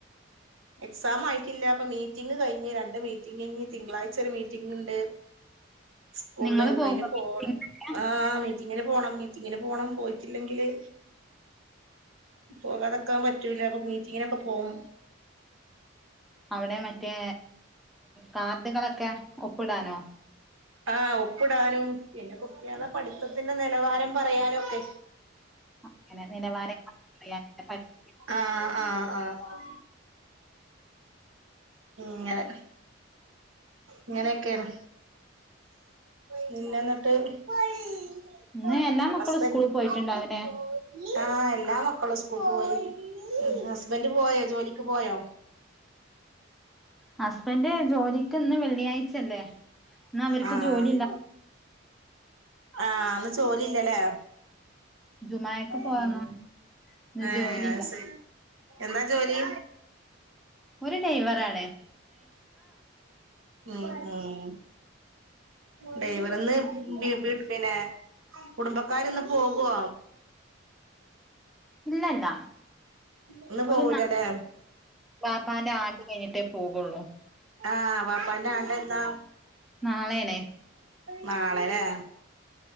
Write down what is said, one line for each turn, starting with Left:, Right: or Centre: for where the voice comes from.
Right: എക്സാം ആയിട്ടില്ല അപ്പ മീറ്റിംഗ് കഴിഞ്ഞ് രണ്ട് മീറ്റിംഗ കഴിഞ്ഞ് തിങ്കളാഴ്ച ഒരു മീറ്റിംഗ ഉണ്ട്
Centre: <inaudible>
Right: സ്കൂള്ല്
Centre: നിങ്ങള് പോകോ
Right: അതിന് പോണം
Centre: മീറ്റിങ്ങിനൊക്കെ
Right: ആഹ് മീറ്റിങ്ങിന് പോണം മീറ്റിങ്ങിന് പോണം പോയിട്ടില്ലെങ്കില് പോകാതെക്കാൻ പറ്റൂല അപ്പൊ മീറ്റിങ്ങിനൊക്കെ പോകും
Centre: അവിടെ മറ്റേ കാർഡുകളൊക്കെ ഒപ്പിടാനോ
Right: ആഹ് ഒപ്പിടാനും പിന്നെ കുട്ടിയളെ പഠിത്തത്തിന്റെ നെലവാരം പറയാനും ഒക്കെ
Centre: അങ്ങനെ നിലവാരംറ്റ <inaudible>
Right: ആഹ് ആഹ് ആഹ് ങ്ങനെ ഇങ്ങനെയൊക്കെയാണ് പിന്നെ ന്നിട്ട് <unintelligible>
Centre: ഇന്ന് എല്ലാ മക്കളും
Right: ഹസ്ബൻഡ്
Centre: സ്കൂളിൽ പോയിട്ടുണ്ടാവുംല്ലേ
Right: <unintelligible> ആഹ് എല്ലാ മക്കളും സ്കൂൾ പോയി ഹസ്ബന്റ് പോയോ ജോലിക്ക് പോയോ
Centre: ഹസ്ബൻഡ് ജോലിക്ക് ഇന്ന് വെള്ളിയാഴ്ചല്ലേ ഇന്ന് അവർക്ക്
Right: ആഹ്
Centre: ജോലി ഇല്ല
Right: ആഹ് അന്ന് ജോലി ഇല്ലല്ലേ
Centre: ജുമായക്ക് പോകണം
Right: ഉം
Centre: ഇന്ന്
Right: ഏഹ്
Centre: ജോലിയില്ല
Right: സ എന്താ ജോലി
Centre: ഒരു ഡ്രൈവറ ആാണ്
Right: ഉം ഉം ഡൈവർന്ന് പിന്നെ കുടുംബക്കാാര് ഇന്ന് പോകുവോ
Centre: ഇല്ലല്ല
Right: ഇന്ന് പോവൂലല്ലേ
Centre: ഒരു ന വാപ്പാന്റെ ആണ്ട് കഴിഞ്ഞിട്ടേ പോകുള്ളൂ
Right: ആഹ് വാപ്പാന്റൊണ്ടന്താ
Centre: നാളെയനെ
Right: നാളെല്ലേ